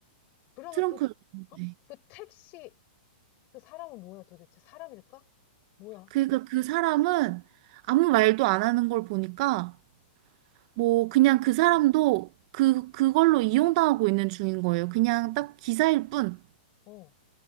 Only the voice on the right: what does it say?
트렁크.
네.
그러니까 그 사람은 아무 말도 안 하는 걸 보니까, 뭐,
그냥 그 사람도 그, 그걸로 이용당하고 있는 중인 거예요. 그냥 딱 기사일 뿐.